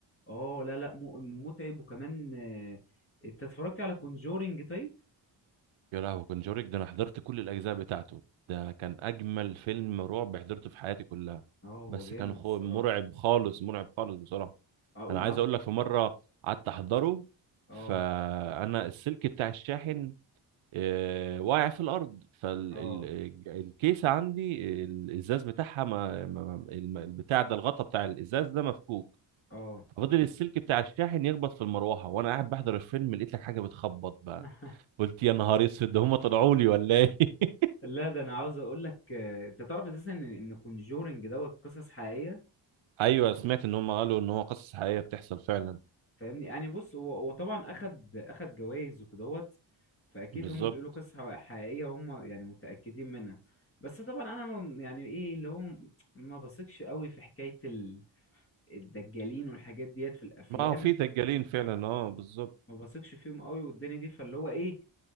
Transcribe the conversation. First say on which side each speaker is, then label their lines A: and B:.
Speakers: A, on the left; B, on the right.
A: اه لا لا م- متعب وكمان آه، انت اتفرجت على كونجورينج طيب
B: يا لهوي كونجوريك ده انا حضرت كل الاجزاء بتاعته ده كان اجمل فيلم رعب حضرته في حياتي كلها
A: اه هو
B: بس
A: جامد
B: كان خو...
A: الصراحة
B: مرعب خالص مرعب خالص بصراحة
A: أه، اقوم
B: انا عايز
A: عاوز
B: اقول لك في مره قعدت احضره
A: اه
B: فانا السلك بتاع الشاحن آه، واقع في الارض فالكيسه
A: اه
B: عندي الازاز بتاعها ما ما- الم- البتاع ده الغطا بتاع الازاز ده مفكوك
A: اه
B: ففضل السلك بتاع الشاحن يخبط في المروحه وانا قاعد بحضر الفيلم لقيت لك حاجه بتخبط بقى
A: <laughs>
B: قلت يا نهار اسود ده هم طلعوا لي ولا ايه <laughs>
A: لا ده انا عاوز اقول لك آه، انت تعرف اساسا ان ان كونجورنج دوت قصص حقيقية
B: ايوه سمعت ان هم قالوا ان هو قصص حقيقيه بتحصل فعلا
A: فاهمني يعني بص هو هو طبعا اخد اخد جوائز وكدهوت فاكيد
B: بالظبط
A: هم بيقولوا قصص حق- حقيقية هم يعني متأكدين منها بس طبعا انا ما- يعني ايه اللي هو ما بثقش قوي في حكاية ال- الدجالين والحاجات ديت في الافلام
B: ما هو في دجالين فعلا اه بالظبط
A: ما بثقش فيهم قوي والدنيا دي فاللي هو ايه